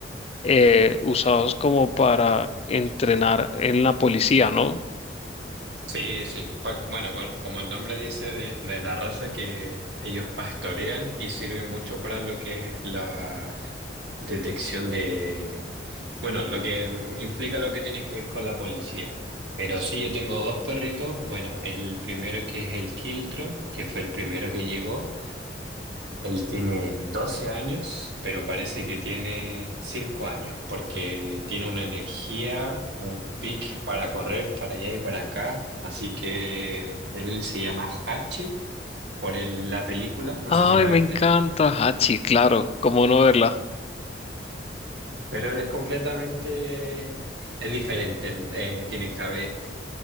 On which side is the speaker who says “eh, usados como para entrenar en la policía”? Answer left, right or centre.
Left